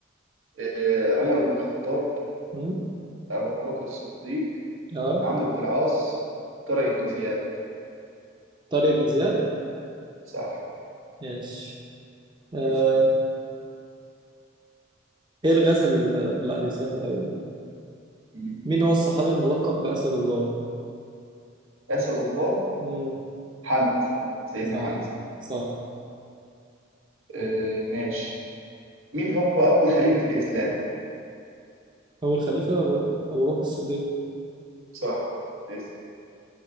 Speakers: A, on the right (about 80°); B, on the right (about 20°).
A: آه، عمر بن الخطاب
B: مم؟
A: أبو بكر الصديق
B: اه
A: عمرو بن العاص طارق بن زياد
B: طارق بن زياد
A: صح
B: ماشي آه.
A: اسم.
B: ايه الغاز ال... لا دي سهلة أوي
A: مم.
B: مين هو الصحابي الملقب بأسد الله؟
A: أسد الله
B: مم.
A: حمزة سيدنا
B: صح
A: حمزة
B: صح
A: آه، ماشي مين هو أول خليفة في الإسلام؟
B: أول خليفة أبو, أبو بكر الصديق
A: صح اسم.